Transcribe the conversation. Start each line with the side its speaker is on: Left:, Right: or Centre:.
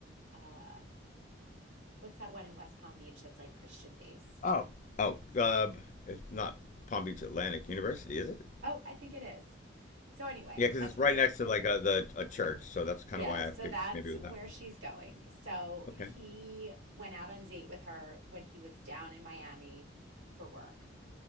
Right: uh, what's that one in West Palm Beach that's like Christian based?
Left: Oh, Oh, uh, it's not Palm Beach Atlantic University, is it?
Right: Oh, I think it is. So anyway,
Left: Yeah, because
Right: that's
Left: it's right
Right: where,
Left: next to like a the a church, so that's kind
Right: yeah,
Left: of why
Right: so
Left: I figured
Right: that's
Left: maybe it was
Right: where
Left: that one.
Right: she's going. So
Left: Okay.
Right: he went out on a date with her when he was down in Miami for work,